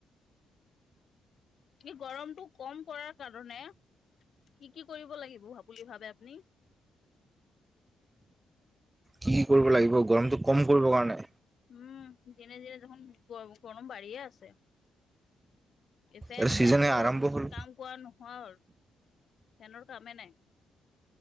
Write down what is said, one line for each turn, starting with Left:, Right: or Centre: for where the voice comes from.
Left: কি গৰমটো কম কৰাৰ কাৰণে কি কি কৰিব লাগিব বুলি ভাবে আপুনি।
Right: কি। কি কৰিব লাগিব গৰমতটো কম কৰিবৰ কাৰণে
Left: উম দিনে দিনে দেখোন গৰম গৰম বাঢ়িয়ে আছে এই ফেন
Right: এ ছিজনে
Left: চেনটো
Right: আৰম্ভ হ'ল
Left: কাম কৰা নহোৱা হ'ল ফেনৰ কামে নাই